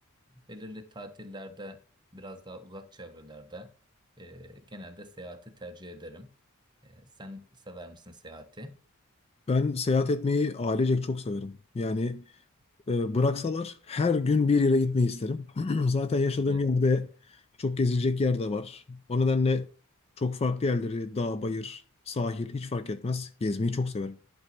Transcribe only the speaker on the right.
belirli tatillerde biraz daha uzak çevrelerde e, genelde seyahati tercih ederim. E, sen sever misin seyahati?
Evet.